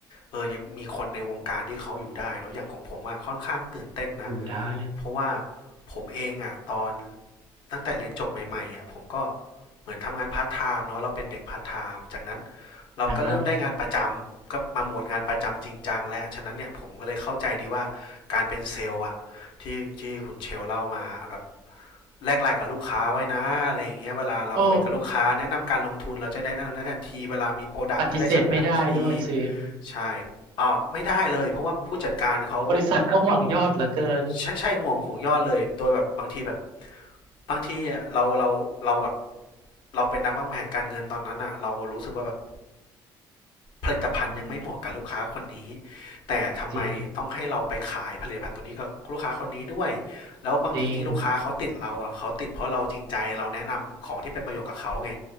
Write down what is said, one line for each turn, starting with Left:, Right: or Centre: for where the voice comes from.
Left: เออยังมีคนในวงการที่เขาอยู่ได้เนาะอย่างของผมอะค่อนข้างตื่นเต้นนะ
Right: อยู่ได้
Left: เพราะว่าผมเองอะตอนตั้งแต่เรียนจบใหม่ๆอะผมก็เหมือนทำงานพาร์ทไทม์เนาะเราเป็นเด็กพาร์ทไทม์จากนั้นเราก็เริ่มได้งานประจำก็มาโหมดงานประจำจริงจังและฉะนั้นเนี่ยผมก็เลยเข้าใจดีว่า
Right: นะฮะ
Left: การเป็นเซลล์อะที่ที่คุณเชลเล่ามาแบบ แลกไลน์กับลูกค้าไว้นะอะไรอย่างเงี้ยเวลาเราคุยกับลูกค้าแนะนำการลงทุนเราจะได้แนะนำได้ทันทีเวลามีโปรดักต์จะได้เสนอทันที
Right: โอ้ปฏิเสธไม่ได้ด้วยสิ
Left: ใช่อ่าไม่ได้เลยเพราะว่าผู้จัดการเขา
Right: บริษัทก็ห่วงยอดเหลือเกิน
Left: ใช่ใช่ห่วงห่วงยอดเลยโดยแบบบางทีแบบบางทีอะเราเราเราแบบเราเป็นนักวางแผนการเงินตอนนั้นอะเรารู้สึกว่าแบบ ผลิตภัณฑ์ยังไม่เหมาะกับลูกค้าคนนี้
Right: อืม
Left: แต่ทำไมต้องให้เราไปขายผลิตภัณฑ์ตัวนี้กับลูกค้าคนนี้ด้วย
Right: จริง
Left: แล้วบางทีที่ลูกค้าเขาติดเราอ่ะเขาติดเพราะเราจริงใจเราแนะนำของที่เป็นประโยชน์กับเขาไง
Right: จริง